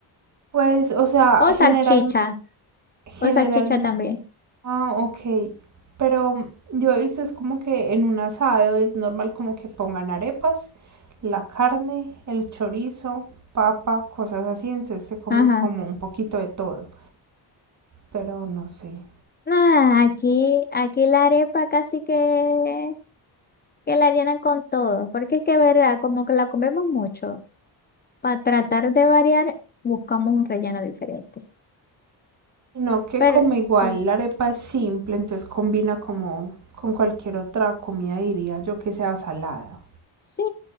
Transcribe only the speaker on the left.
O
salchicha.
O salchicha también.
Ajá.
Ah, aquí, aquí la arepa casi que, que la llenan con todo. Porque es que, verdad, como que la comemos mucho. Para tratar de variar, buscamos un relleno diferente.
Pero
sí.
Sí,